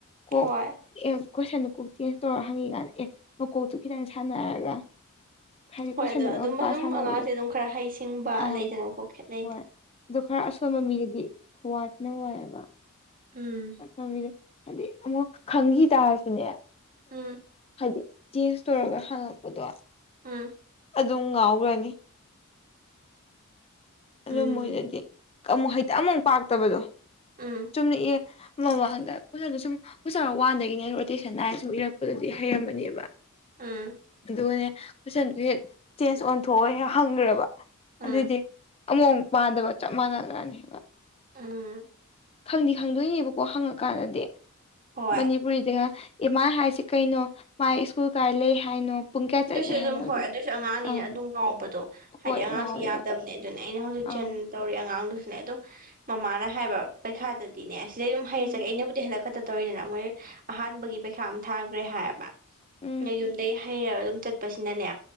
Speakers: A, on the left; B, on the right.
A: ꯀ
B: ꯍꯣꯏ
A: ꯀꯣꯏꯁꯟꯗꯨ ꯀꯣꯛ ꯆꯦꯟꯖ ꯇꯧꯔ ꯍꯪꯉꯤꯀꯥꯟꯗ ꯑꯦ ꯃꯀꯣꯛꯇꯨ ꯈꯤꯇꯪ ꯁꯥꯟꯅꯔꯒ ꯍꯥꯏꯗꯤ
B: ꯍꯣꯏ
A: ꯀꯣꯏꯁꯟꯗ
B: ꯑꯗꯣ
A: ꯉꯄꯥ
B: ꯑꯗꯨꯝ ꯑꯗꯨꯝ
A: ꯁꯥꯟꯅꯕꯗꯣ
B: ꯑꯉꯥꯡꯁꯦ ꯑꯗꯨꯝ ꯈꯔ ꯍꯩꯁꯤꯡꯕ
A: ꯑꯥ
B: ꯂꯩꯗꯅꯀꯣ ꯈꯦꯠꯅꯩꯗ
A: ꯍꯣꯏ ꯑꯗꯨ ꯈꯔ ꯑꯁꯣꯟꯕ ꯃꯤꯒꯤꯗꯤ ꯈꯨꯋꯥ ꯊꯅ ꯋꯥꯏꯑꯦꯕ
B: ꯎꯝ
A: ꯆꯠꯗ ꯍꯥꯏꯗꯤ ꯑꯃꯨꯛ ꯈꯪꯈꯤ ꯇꯥꯔꯁꯨꯅꯦ
B: ꯎꯝ
A: ꯍꯥꯏꯗꯤ ꯆꯁ ꯇꯧꯔꯒ ꯍꯪꯉꯛꯄꯗꯣ
B: ꯑꯝ
A: ꯑꯗꯨꯝ ꯉꯥꯎꯈ꯭ꯔꯅꯤ ꯑꯗꯨ
B: ꯎꯝ
A: ꯃꯣꯏꯗꯗꯤ ꯑꯃꯨꯛ ꯍꯩꯛꯇ ꯑꯃꯨꯛ ꯄꯥꯛꯇꯕꯗꯣ
B: ꯎꯝ
A: ꯆꯨꯝꯅꯑ ꯃꯃꯥꯡꯗ ꯀꯗ ꯁꯨꯝ ꯀꯔ ꯋꯥꯟꯗꯒꯤꯅꯦ ꯔꯣꯇꯦ ꯁꯟ ꯍꯥꯏꯔ ꯁꯨꯝ ꯏꯔꯛꯄꯗꯨꯗꯤ ꯍꯩꯔꯝꯃꯅꯦꯕ
B: ꯎꯝ
A: ꯑꯗꯨꯅꯦ ꯀꯣꯏꯁꯟꯗꯨ ꯍꯦꯛ ꯆꯦꯟꯖ ꯑꯣꯟꯊꯑꯣ ꯍꯦꯛ ꯍꯪꯈ꯭ꯔꯦꯕ
B: ꯎꯝ
A: ꯑꯗꯨꯏꯗꯤ ꯑꯃꯨꯛꯛ ꯄꯥꯟꯗꯕ ꯆꯞ ꯃꯥꯟꯅꯈ꯭ꯔꯅꯦꯕ
B: ꯑꯥ
A: ꯈꯪꯗꯤ ꯈꯪꯗꯣꯏꯅꯦꯕꯀꯣ ꯍꯪꯉꯀꯥꯟꯗꯗꯤ
B: ꯍꯣꯏ
A: ꯃꯅꯤꯄꯨꯔꯤꯗꯒ ꯏꯃꯥ ꯍꯥꯏꯁꯤ ꯀꯩꯅꯣ ꯃꯥꯥꯏ ꯁ꯭ꯀꯨꯜ ꯀꯥꯏ ꯂꯩ ꯍꯥꯏꯅꯣ ꯄꯨꯡ ꯀꯌꯥ
B: ꯑꯗꯨꯁꯨ
A: ꯆꯠꯂꯦ
B: ꯑꯗꯨꯝ
A: ꯍꯥꯏꯅꯣ ꯑꯗꯨ
B: ꯍꯣꯏ ꯑꯗꯨꯏꯁꯨ ꯑꯉꯥꯡꯅꯤꯅ
A: ꯑꯪ
B: ꯑꯗꯨꯝ ꯉꯥꯎꯕꯗꯣ ꯍꯥꯏꯗꯤ
A: ꯍꯣꯏ
B: ꯑꯉꯥꯡꯁꯨ
A: ꯉꯥꯎꯋꯦꯕ
B: ꯌꯥꯗꯕꯅꯦ ꯑꯗꯨꯅ ꯑꯩꯅ ꯍꯧꯖꯤꯛ
A: ꯑꯪ
B: ꯇꯧꯔꯤ ꯑꯉꯥꯡꯗꯨꯁꯨ ꯑꯗꯨꯝ ꯃꯃꯥꯅ ꯍꯥꯏꯕ ꯄꯩꯈꯥꯗꯗꯤꯅꯦ ꯁꯤꯗꯩ ꯑꯗꯨꯝ ꯍꯩꯔꯆꯒꯦ
A: ꯎꯝ
B: ꯑꯩꯅꯕꯨꯗꯤ ꯍꯟꯗꯛ ꯈ ꯇꯧꯔꯤꯗꯅ ꯃꯣꯏ ꯑꯍꯥꯟꯕꯒꯤ ꯄꯩꯈꯥ ꯑꯃ ꯊꯥꯈ꯭ꯔꯦ ꯍꯥꯏꯌꯦꯕ
A: ꯎꯝ
B: ꯅ ꯌꯨꯝꯗꯒꯤ ꯍꯩꯔꯒ ꯑꯗꯨ ꯆꯠꯄꯁꯤꯅꯅꯦ